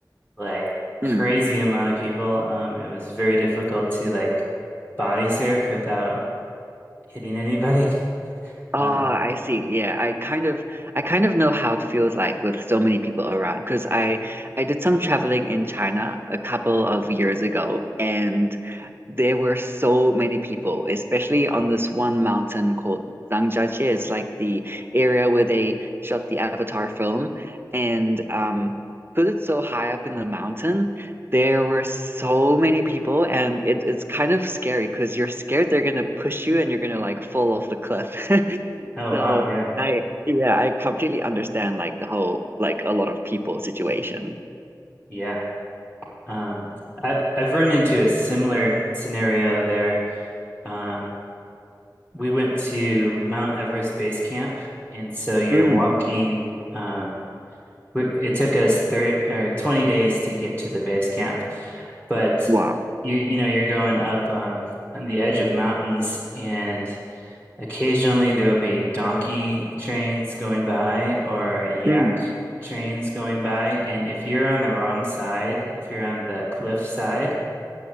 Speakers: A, on the left; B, on the right.
A: like crazy
B: Mm.
A: amount of people. Um, it was very difficult to like body surf without hitting anybody. <laughs>
B: Ah,
A: Um,
B: I see. Yeah, I kind of I kind of know how it feels like with so many people around because I I did some traveling in China a couple of years ago and there were so many people, especially on this one mountain called Zhangjiajie. It's like the area where they shot the Avatar film and um because it's so high up in the mountain There were so many people, and it, it's kind of scary because you're scared they're gonna push you and you're gonna like fall off the cliff. <laughs>
A: oh
B: So
A: wow, yeah,
B: I, yeah, I completely understand like the whole like a lot of people situation.
A: yeah. Um, I I've run into a similar scenario there. Um, we went to Mount Everest Base Camp, and so you're
B: Mm,
A: walking. Um, we, it took us 30 or 20 days to get to the base camp, but
B: wow.
A: you you know you're going up um, on the edge of mountains and occasionally there'll be donkey trains going by or yak
B: Mm,
A: trains going by and if you're on the wrong side, if you're on the cliff side,